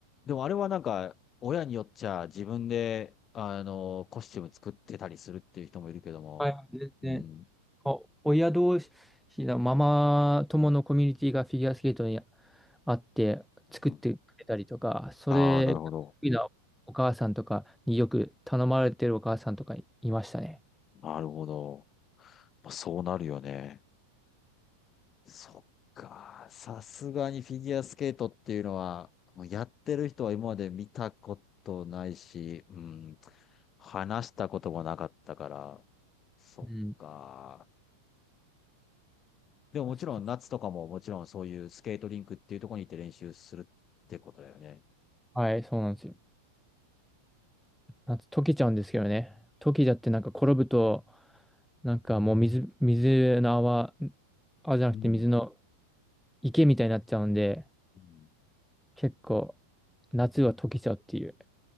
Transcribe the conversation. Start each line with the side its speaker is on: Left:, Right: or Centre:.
Left: でもあれはなんか、親によっちゃ自分で、あの、コスチューム作ってたりするっていう人もいるけども、
Centre: はい、全然。
Left: うん、
Centre: お親同士のママ友のコミュニティがフィギュアスケートにあって作ってくれたりとか、
Left: うん。
Centre: それが得意なお母さんとかによく頼まれてるお母さんとかいましたね。
Left: ああ、なるほど。なるほど。まあ、そうなるよね。そっか。さすがにフィギュアスケートっていうのは、もうやってる人は今まで見たことないし、うん、話したこともなかったから、そっか。
Centre: うん。
Left: でももちろん夏とかももちろんそういうスケートリンクっていうところに行って練習するってことだよね。
Centre: そはい、そうなんですよ。な溶けちゃうんですけどね。溶けちゃってなんか転ぶと、なんかもう水、水の泡、泡じゃなくて水の
Left: うん。
Centre: 池みたいになっちゃうんで、
Left: うん
Centre: 結構夏は溶けちゃうっていう。